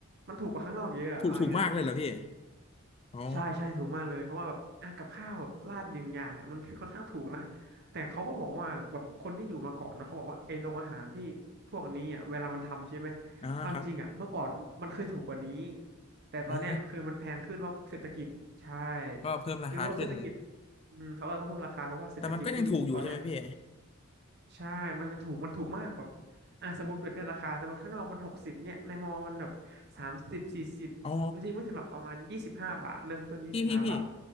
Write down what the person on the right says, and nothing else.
มันถูกกว่าข้างนอกเยอะอะเอาง่าย
ๆใช่ใช่ถูกมากเลยเพราะว่าแบบอ่ะกับข้าวแบบราดยิงอย่างเนี่ยมันคือค่อนข้างถูกนะ
แต่เขาก็บอกว่าแบบคนที่อยู่มาก่อนเนาะเขาบอกว่าไอ้โรงอาหารที่พวกนี้อ่ะเวลามันทำใช่ไหม
ความจริงอ่ะเมื่อก่อนมันเคยถูกกว่านี้ แต่ตอนเนี้ยคือมันแพงขึ้นเพราะเศรษฐกิจใช่
คือเพราะเศรษฐกิจอืมเขาก็ต้องเพิ่มราคาเพราะว่าเศรษฐกิจที่ตอนเนี้ย
ใช่ มันยังถูก มันถูกมากแบบอ่ะสมมติเปรียบเทียบราคา สมมติข้างนอกมันหกสิบเนี่ย ในมอมันแบบสามสิบสี่สิบจริงๆไม่ถึงหรอกประมาณยี่สิบห้าบาท
เริ่มต้นยี่สิบห้าบาท